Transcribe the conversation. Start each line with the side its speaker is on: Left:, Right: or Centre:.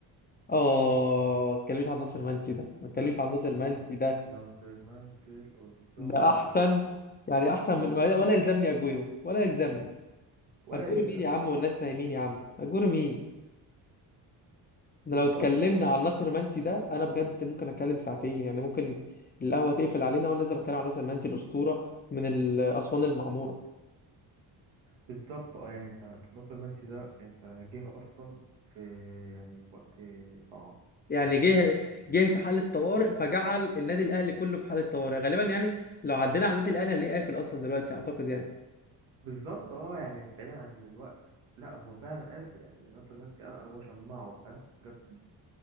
Left: اه ما تكلمش عن ناصر منسي ده ما تكلمش
Right: الاسطوره
Left: عن ناصر منسي ده
Right: ناصر منسي الاسطوره
Left: ده احسن يعني احسن من ولا ولا يلزمني اجويرو ولا يلزمني
Right: ولا
Left: اجويرو
Right: يلزمني
Left: مين يا عم والناس نايمين يا عم اجويرو مين احنا
Right: بالظبط
Left: لو اتكلمنا
Right: يا عم
Left: عن ناصر
Right: لا
Left: منسي ده انا بجد ممكن اتكلم ساعتين يعني ممكن القهوه تقفل علينا وانا لازم اتكلم عن ناصر منسي الاسطوره من الاسوان المعموره
Right: بالظبط اه يعني انت ناصر منسي ده انت جه اصلا في يعني في وقت صعب
Left: يعني
Right: وخلينا
Left: جه جه في حاله طوارئ فجعل النادي الاهلي كله في حاله طوارئ غالبا يعني لو عدينا على النادي الاهلي هنلاقيه قافل اصلا دلوقتي اعتقد يعني
Right: بالظبط اه يعني بعيدا عن الوقت لا هو فعلا قافل يعني ناصر منسي اه هو شمعه فاهم جاب